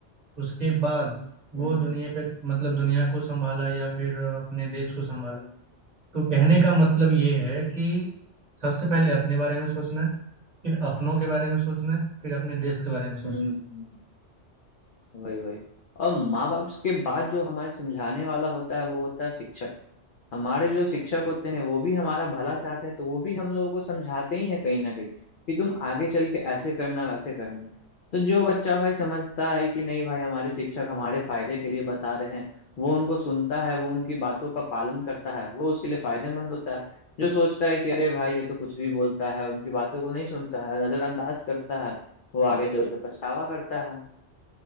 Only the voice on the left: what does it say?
हम्म
हम्म, हम्म, वही वही और माँ बाप के बाद जो हमारे समझाने वाला होता है वो होता है शिक्षक हमारे जो शिक्षक होते हैं वो भी हमारा भला चाहते हैं तो वो भी हम लोगों को समझाते ही हैं कहीं ना कहीं कि तुम आगे चल के ऐसे करना वैसे करना तो जो बच्चा भाई समझता है कि नहीं भाई हमारे शिक्षक हमारे फायदे के लिए बता रहे हैं वो उनको सुनता है वो उनकी बातों का पालन करता है वो उसके लिए फायदेमंद होता है जो सोचता है कि अरे भाई ये तो कुछ भी बोलता है उनकी बातों को नहीं सुनता है नजरअंदाज करता है वो आगे चल के पछतावा करता है